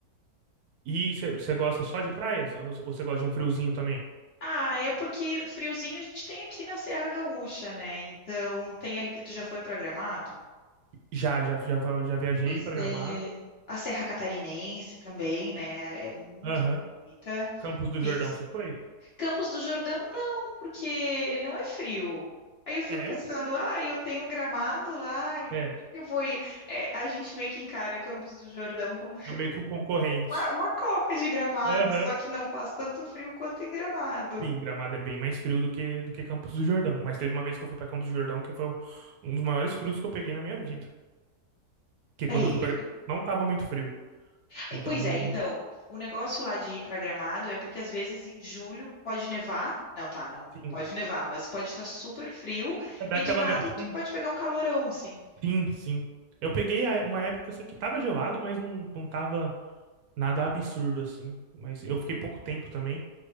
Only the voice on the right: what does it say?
E você gosta só de praia? Ou você gosta de um friozinho também?
Já, já, já, já viajei
pra Gramado.
Aham.
Campos do
Jordão, você foi?
É,
é um frio.
É,
é meio que um concorrente.
Aham.
Sim, Gramado é bem mais frio do que, do que Campos do Jordão. Mas teve uma vez que eu fui pra Campos do Jordão que foi um dos maiores frios que eu peguei na minha vida. Porque
quando eu fui pra Gramado, não tava muito frio.
Então,
não,
não-
sim.
É daquela.
ga- Tipo,
um-
sim, sim. Eu peguei a- uma época assim que tava gelado, mas não, não tava nada absurdo assim. Mas eu fiquei pouco tempo também.